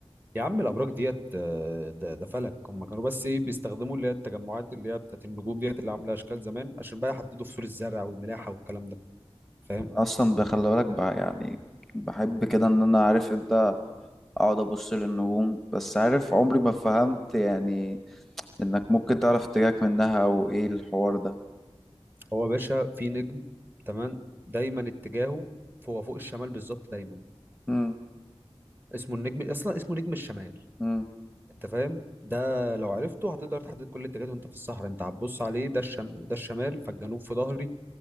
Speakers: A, on the right; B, in the centre.
A: يا عم الابراج ديت آه، ده ده فلك هم كانوا بس ايه بيستخدموا اللي هي التجمعات اللي هي بتاعت النجوم ديت اللي عامله اشكال زمان عشان بقى يحددوا فصول الزرع والملاحه والكلام ده فاهم
B: اصلا ده خلي بالك بقى يعني بحب كده ان انا عارف انت اقعد ابص للنجوم بس عارف عمري ما فهمت يعني انك ممكن تعرف اتجاهك منها او ايه الحوار ده
A: هو يا باشا في نجم تمام دايما اتجاهه هو فوق الشمال بالظبط دايما
B: امم
A: اسمه النجم اصلا اسمه نجم الشمال
B: امم
A: انت فاهم ده لو عرفته هتقدر تحدد كل الاتجاهات وانت في الصحراء انت هتبص عليه ده الشم... ده الشمال فالجنوب في ظهري